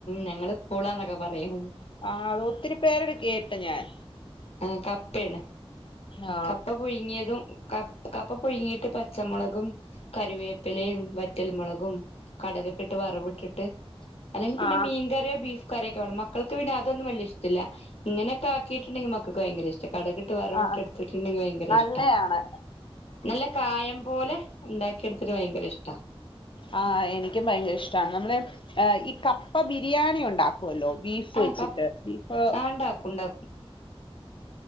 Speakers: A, on the left; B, on the left.
A: ഞങ്ങള് പൂളന്നൊക്കെ പറയും
B: ആ അത് ഒത്തിരി പേരുടെ കേട്ട് ഞാൻ
A: ആ കപ്പയാണ്
B: ആ
A: കപ്പ പുഴുങ്ങിയതും ക കപ്പ പുഴുങ്ങിട്ട്- പച്ചമുളകും കറിവേപ്പിലയും വറ്റൽമുളകും കടകൊക്കെ ഇട്ട് വറ് വ് ഇട്ടിട്ട് അല്ലെങ്കി പിന്നെ
B: ആ
A: മീൻ കറിയോ ബീഫ് കറിയൊക്കെ വേണം മക്കൾക്ക് പിന്നെ അതൊന്നും വലിയ ഇഷ്ടല്ല ഇങ്ങനൊക്കെ ആക്കിട്ടുണ്ടെങ്കിൽ മക്കൾക്ക് ഭയങ്കര ഇഷ്ട- കടുകിട്ട് വറവിട്ട്
B: ആ
A: എടുത്തിട്ടുണ്ടെങ്കിൽ ഭയങ്കര
B: നല്ലയാണ്
A: ഇഷ്ട നല്ല കായം പോലെ ഉണ്ടാക്കിയ എടുത്തിട്ട് ഭയങ്കര ഇഷ്ട
B: ആ എനിക്കും ഭയങ്കര ഇഷ്ടമാണ് നമ്മള് ഈ കപ്പ ബിരിയാണി ഉണ്ടാക്കുമല്ലോ ബീഫ് ബീഫ്
A: ആ
B: വെച്ചിട്ട്
A: ക
B: ബീഫ്
A: ആ ഉണ്ടാക്കും ഉണ്ടാക്കും